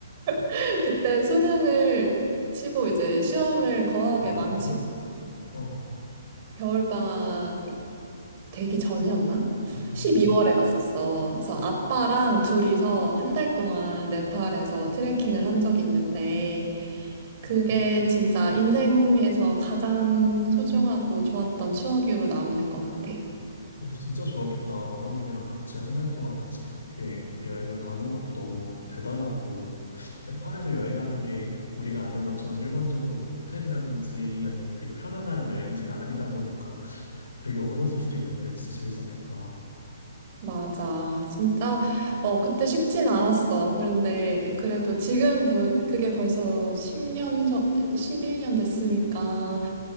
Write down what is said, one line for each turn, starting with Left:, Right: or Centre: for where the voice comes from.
Right: <laughs> 그때 수능을 치고 이제 시험을 거하게
Left: 아,
Right: 망치고
Left: 어.
Right: 겨울방학 되기 전이었나?
Left: 음.
Right: 12월에 갔었어. 그래서 아빠랑 둘이서 한 달 동안 네팔에서 트레킹을 한 적이 있는데, 그게 진짜 인생에서 가장 소중하고 좋았던 추억으로 남는 것 같아.
Left: 근데 진짜 좋았겠다. 아버님이랑 같이 한 달 동안 같이 그렇게 여행을 가는 것도 너무 대단하고, 네팔에서 여행하는 게 우리가 아는 것처럼 일반적으로 뭐 호텔이라든지 아니면 되게 편안한 여행지가 아니다 보니까 되게 어려웠을 수도 있는데 진짜 재밌었겠다.
Right: 맞아. 진짜, 어, 그때 쉽진 않았어. 그런데 그래도 지금 더- 그게 벌써 10년 전, 11년 됐으니까,